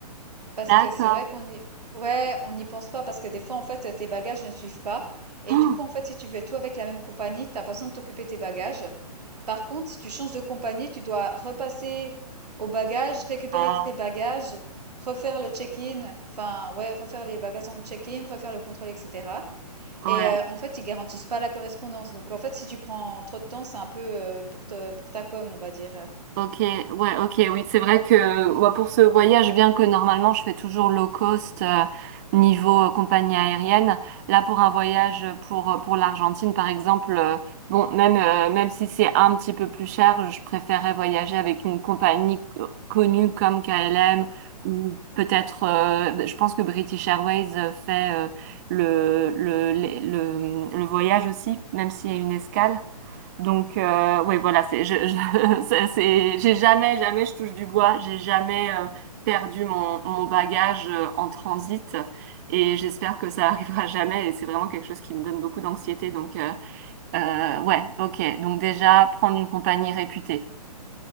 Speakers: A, on the right; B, on the right.
A: Parce
B: D'accord.
A: que c'est vrai qu'on y ouais, on n'y pense pas parce que des fois, en fait, tes bagages ne suivent pas. Et
B: Ah,
A: du coup, en fait, si tu fais tout avec la même compagnie, t'as pas besoin de t'occuper de tes bagages. Par contre, si tu changes de compagnie, tu dois repasser aux bagages, récupérer
B: ah,
A: tes bagages, refaire le check-in, enfin, ouais, refaire les bagages dans le check-in, refaire le contrôle, etc.
B: ouais.
A: Et euh, en fait, ils garantissent pas la correspondance. Donc, en fait, si tu prends trop de temps, c'est un peu euh, pour te, pour ta pomme, on va dire.
B: Ok, ouais, ok, oui, c'est vrai que moi pour ce voyage, bien que normalement je fais toujours low cost euh, niveau euh, compagnie aérienne, là pour un voyage pour euh, pour l'Argentine par exemple, euh, bon même euh, même si c'est un petit peu plus cher, je préférais voyager avec une compagnie co- connue comme KLM ou peut-être, euh, je pense que British Airways euh, fait euh, le, le le le le voyage aussi, même s'il y a une escale. Donc, euh, oui, voilà, c'est, je, je, <laughs> c'est, c'est- j'ai jamais, jamais, je touche du bois, j'ai jamais euh, perdu mon, mon bagage euh, en transit et j'espère que ça <laughs> arrivera jamais et c'est vraiment quelque chose qui me donne beaucoup d'anxiété. Donc, euh, euh, ouais, ok. Donc déjà, prendre une compagnie réputée.